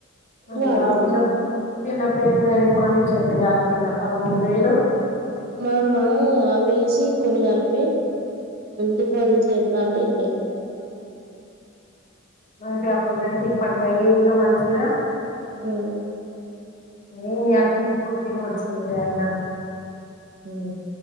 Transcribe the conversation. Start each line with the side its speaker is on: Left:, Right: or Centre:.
Left: అయ్యో
Right: వాడుకున్నాడు
Left: ఆ పిల్ల ప్ పిల్ల పేరు మీద డిపాజిట్ చేస్త కాకపోయింద పదమూడు వేలు
Right: మా అమ్మ అవేసి కొన్ని కలిపి డిపాజిట్ చేత్త అంటే వినలే
Left: మంచిగా అప్పుడు పెడితే ఇప్పడుకాయి గా మంచిగా
Right: హూ
Left: ఏం మీ అత్త కి ఇప్పుడు తెలివి వచ్చింది లే ఆయన
Right: హు